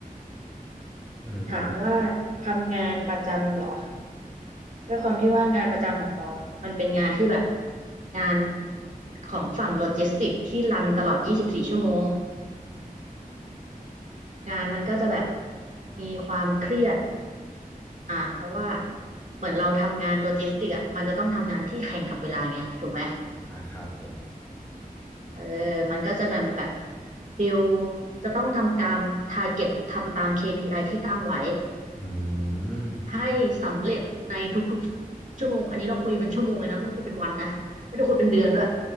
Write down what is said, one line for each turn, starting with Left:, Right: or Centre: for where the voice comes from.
Left: อืม
Right: ถามว่าทำงานประจำเหรอด้วยความที่ว่างานประจำของปอมันเป็นงานที่แบบงานของฝั่งโลจิสติกส์ที่รันตลอด 24 ชั่วโมง งานมันก็จะแบบมีความเครียดอ่าเพราะว่าเหมือนเราทำงานโลจิสติกส์อ่ะมันจะต้องทำงานที่แข่งกับเวลาไง ถูกไหม
Left: นะครับผม
Right: เออมันก็จะแบบแบบฟิลจะต้องทำตามทาร์เก็ตทำตาม KPI ที่ตั้งไว้
Left: อืม
Right: ให้สำเร็จในทุกๆชั่วโมงอันนี้เราคุยเป็นชั่วโมงเลยนะไม่ได้คุยเป็นวันนะไม่ได้คุยเป็นเดือนด้วย